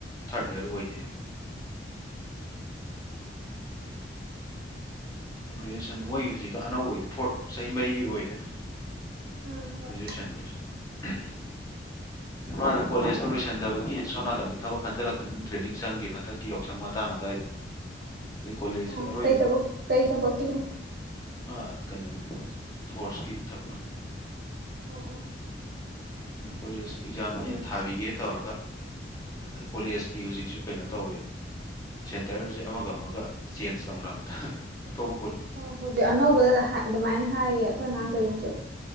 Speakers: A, on the left; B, on the right.
A: ꯊꯥꯔꯠ ꯏꯌꯥꯔ ꯑꯣꯏꯅꯦꯕ꯫ ꯒ꯭ꯔꯦꯖꯨꯋꯦꯁꯟꯗꯣ ꯃꯣꯏꯒꯤ ꯍꯧꯖꯤꯛꯀꯤ ꯑꯅꯧꯕꯒꯤꯗꯤ ꯐꯣꯔꯠ ꯆꯍꯤ ꯃꯔꯤꯒꯤ ꯑꯣꯏꯗꯅ꯫
B: ꯑꯥ ꯍꯣꯏ
A: ꯒ꯭ꯔꯦꯖꯨꯌꯦꯁꯟꯗ <unintelligible> ꯏꯃꯥꯗꯣ ꯀꯣꯂꯦꯖꯇꯣ ꯂꯣꯏꯁꯟꯗꯕꯒꯤ ꯁꯣꯝ ꯅꯥꯀꯟꯗ ꯊꯕꯛ ꯈꯟꯖꯜꯂꯛꯇꯅ ꯑꯗꯨꯝ ꯇ꯭ꯔꯦꯅꯤꯡ ꯆꯪꯒꯤꯕ ꯍꯟꯇꯛꯀꯤ ꯌꯥꯎꯁꯪ ꯃꯇꯥꯡ ꯑꯗꯨꯋꯥꯏꯗ꯫ ꯀꯣꯂꯦꯖꯀꯤ
B: ꯑꯣ
A: ꯑꯔꯣꯏꯕ
B: ꯀꯩ ꯊꯕꯛ ꯀꯩ ꯊꯕꯛꯀꯤꯅꯣ꯫
A: ꯑꯃ ꯀꯩꯅꯣꯒꯤ <unintelligible> ꯐꯣꯔꯁꯀꯤ ꯊꯕꯛ꯫
B: ꯑꯣ
A: ꯀꯣꯂꯦꯖꯀꯤ ꯑꯦꯛꯖꯥꯝꯗꯣ ꯑꯩꯅ ꯊꯥꯕꯤꯒꯦ ꯇꯧꯔꯒ ꯀꯣꯂꯦꯖꯀꯤ ꯍꯧꯖꯤꯛꯁꯨ ꯀꯩꯅꯣ ꯇꯧꯋꯦꯕ ꯁꯦꯟꯇꯔꯖꯦ ꯑꯃꯒ ꯑꯃꯒ ꯆꯦꯟꯖ ꯇꯧꯅꯕꯗ ꯑꯇꯣꯞ
B: ꯑꯣ ꯍꯧꯖꯤꯛ ꯑꯅꯧꯕꯗ ꯑꯗꯨꯃꯥꯏꯅ ꯍꯥꯏꯌꯦ ꯑꯩꯈꯣꯏ ꯑꯉꯥꯡꯈꯩꯅꯖꯨ꯫
A: ꯎꯝ